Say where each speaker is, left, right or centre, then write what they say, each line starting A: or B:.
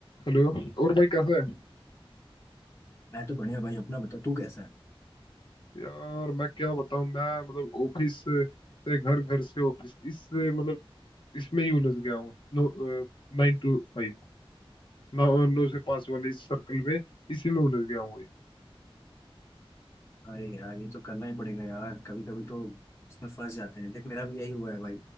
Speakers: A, on the left; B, on the left.
A: Hello और भाई कैसा है
B: मैं तो बढ़िया भाई अपना बता तू कैसा है
A: यार मैं क्या बताऊं मैं मतलब ऑफिस से घर घर से ऑफिस इस मतलब इसमें ही उलझ गया हूँ नो नाइन टू फाइव नौ नौ से पाँच वाले इस सर्कल में इसी में उलझ गया हूँ भाई
B: अरे यार ये तो करना ही पड़ेगा यार कभी कभी तो इसमें फंस जाते हैं देख मेरा भी यही हुआ है भाई